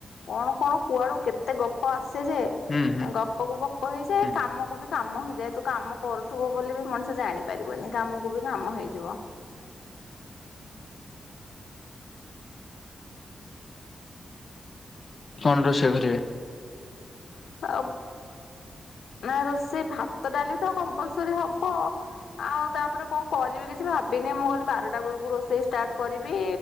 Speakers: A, on the left (about 85°); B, on the left (about 40°).
A: କଣ କଣ କୁଆଡୁ କେତେ ଗପ ଆସେ ଯେ
B: ହୁଁ ହୁଁ।
A: ଗପ କୁ ଗପ ହେଇଯାଏ
B: ହୁଁ
A: କାମକୁ ବି କାମ ହେଇଯାଏ ତୁ କାମ କରୁଥିବୁ ବୋଲି ବି ମଣିଷ ଜାଣିବ ପାରିବନି କାମକୁ ବି କାମ ହେଇଯିବ।
B: କଣ ରୋଷେଇ କରିବେ?
A: <inaudible> ନା ରୋଷେଇ ଭାତ ଡାଲି ତ କମ୍ପଲସରୀ ହବ। ଆଉ ତାପରେ କଣ କରିବି କିଛି ଭାବିନି ମୁଁ କହିଲି ବାରଟା ବେଳକୁ ରୋଷେଇ ଷ୍ଟାର୍ଟ କରିବି